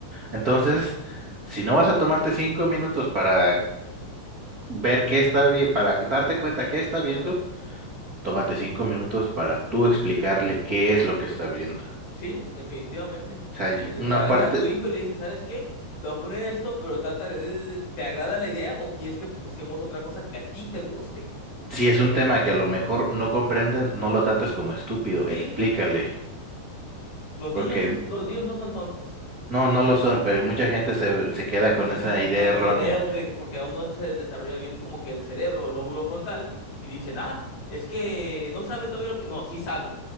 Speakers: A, on the right; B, on the left.
A: entonces,
B: Ujú.
A: si no vas a tomarte cinco minutos para ver qué está bien, para darte cuenta qué está viendo, Tómate cinco minutos para tú explicarle qué es lo que está viendo. O
B: Sí, definitivamente.
A: sea,
B: Le
A: y una
B: Agarras
A: parte,
B: a tu hijo y le dices, ¿sabes qué? Te voy a poner esto, pero trata de, de- de- ¿te agrada la idea o quieres que busquemos otra cosa que a ti te guste?
A: si es un tema que a lo mejor no comprenden, no lo trates como estúpido,
B: Sí,
A: explícale,
B: los
A: porque
B: niños,
A: mm,
B: los niños no son tontos.
A: no, no lo son, pero mucha gente se, se queda
B: Mucha
A: con esa
B: gente se
A: idea
B: queda con
A: errónea
B: la idea de que porque aún no se desarrolla bien como que el cerebro o lóbulo frontal y dicen, ah, es que no sabe todavía lo que... No, sí sabe,